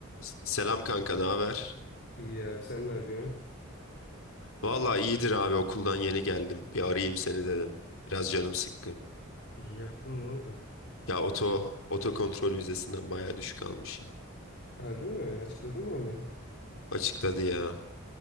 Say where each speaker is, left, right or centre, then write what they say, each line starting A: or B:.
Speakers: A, on the left; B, on the left.
A: S- Selam kanka, ne haber?
B: İyi abi sen ne yapıyorsun?
A: Valla iyidir abi okuldan yeni geldim. Bir arayayım seni dedim. Biraz canım sıkkın.
B: İyi yaptın ne oldu?
A: Ya oto oto kontrol vizesinden bayağı düşük almışım.
B: Harbi mi? Açıkladı mı onu?
A: Açıkladı ya.